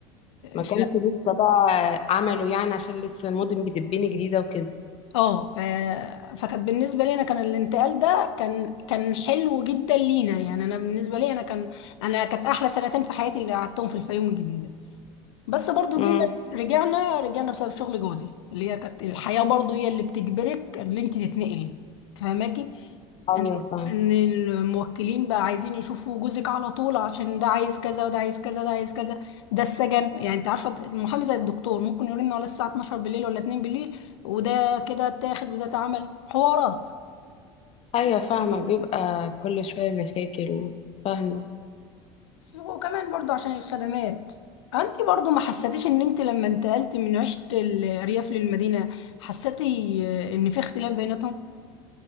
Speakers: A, on the left (about 45°); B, on the left (about 85°).
A: ما كانش
B: ف-
A: لسه بقى عملوا يعني عشان لسه المدن بتتبني جديدة وكده
B: اه ف... فكانت بالنسبه لي انا كان الانتقال ده كان كان حلو جدا لينا يعني انا بالنسبه لي انا كان انا كانت احلى سنتين في حياتي اللي قعدتهم في الفيوم الجديده بس برضو
A: امم
B: جينا رجعنا رجعنا بسبب شغل جوزي اللي هي كانت الحياة برضو هي اللي بتجبرك ان انت تتنقلي تفهماكي
A: ايوه
B: ان
A: فاهمة
B: ان الموكلين بقى عايزين يشوفوا جوزك على طول عشان ده عايز كذا وده عايز كذا ده عايز كذا ده السجن يعني انت عارفة المحامي زي الدكتور ممكن يقول لنا ولا الساعة 12 بالليل ولا 2 بالليل وده كده اتاخد وده اتعمل حوارات
A: ايوه فاهمة بيبقى كل شوية مشاكل فاهمة
B: بس وكمان برضو عشان الخدمات انت برضو ما حسيتيش ان انت لما انتقلت من عشت الريف للمدينة حسيتي آه، ان في اختلاف بيناتهم